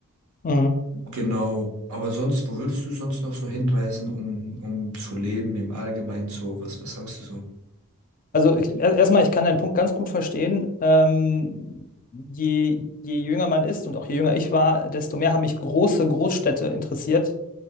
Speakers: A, on the left (about 40°); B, on the right (about 85°).
A: Mhm.
B: Genau, aber sonst, wo würdest du sonst noch so hinreisen, um, um zu leben im Allgemeinen so? Was, was sagst du so?
A: Also ich, er- erstmal, ich kann deinen Punkt ganz gut verstehen. Ähm, je, je jünger man ist und auch je jünger ich war, desto mehr haben mich große Großstädte interessiert.